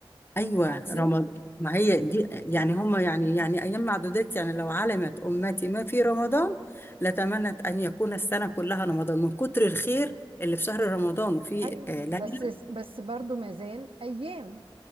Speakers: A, on the left; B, on the right.
A: ايوه
B: معدودات.
A: رمضان ما هي دي يعني هم يعني يعني ايام معدودات يعني لو علمت امتي ما في رمضان لتمنت ان يكون السنه كلها رمضان من كتر الخير اللي في شهر رمضان وفي
B: ايوه
A: آه، ليله
B: بس بس برضو ما زال ايام